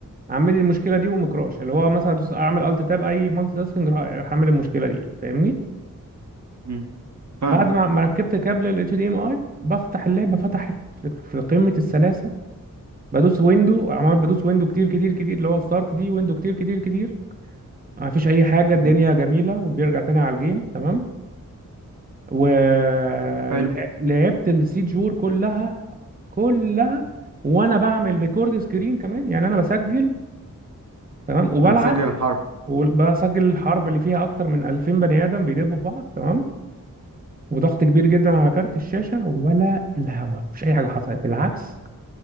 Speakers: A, on the right (about 25°); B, on the right (about 60°).
A: عامل لي المشكله دي ومكراش اللي هو مثلا أدوس- اعمل الت تاب اي مالتي تاسكينج يروح يروح عامل المشكله دي فاهمني
B: مم. فاهم
A: بعد ما ما ركبت كابل ال HDMI بفتح اللعبه فتحت في في قمه السلاسه بدوس ويندو عمال بدوس ويندو كتير كتير كتير اللي هو ستارت دي ويندو كتير كتير كتير ما فيش اي حاجه الدنيا
B: مم.
A: جميله وبيرجع تاني على الجيم تمام ولعبت
B: حلو
A: السيجور كلها كلها وانا بعمل ريكورد سكرين كمان يعني انا بسجل تمام وبلعب
B: بتسجل الحرب
A: وبسجل الحرب اللي فيها اكتر من 2000 بني ادم بيدبوا في بعض تمام وضغط كبير جدا على كارت الشاشه ولا الهوا مفيش اي حاجه حصلت بالعكس